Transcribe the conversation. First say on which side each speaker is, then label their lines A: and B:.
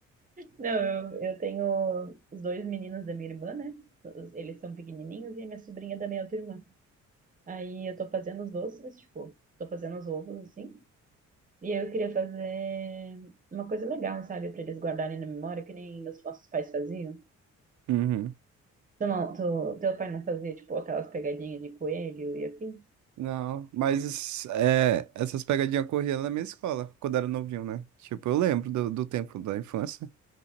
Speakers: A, on the right; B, on the right.
A: Não, eu, eu tenho os dois meninos da minha irmã, né? Os- Eles são pequenininhos e a minha sobrinha da minha outra irmã. Aí eu tô fazendo os doces, tipo, tô fazendo os ovos, assim. E aí eu queria fazer uma coisa legal, sabe? Pra eles guardarem na memória, que nem meus nossos pais faziam.
B: Uhum.
A: Tu não, tu, teu pai não fazia, tipo, aquelas pegadinhas de coelho e afins?
B: Não, mas é, essas pegadinhas corriam na minha escola, quando era novinho, né? Tipo, eu lembro do, do tempo da infância,